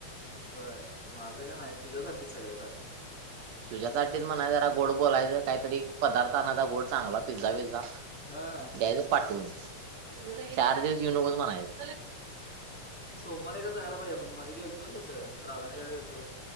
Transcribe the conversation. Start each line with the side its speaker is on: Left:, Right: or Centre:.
Centre: होय माझं का नाही तुझ्यासाठीच सगळं चालले.
Right: तुझ्यासाठीच म्हणा जरा गोड बोलायचं काहीतरी पदार्थाचा गोड चांगला पिझ्झा बीजा.
Centre: हा
Right: द्यायचं पाठवुंन चार दिवस युनकों म्हणायचं.
Centre: सोमवारी एकदां जायंला पाहिेजे आपणं मध्यें गेलतो तसं राधानगरीला गेलतो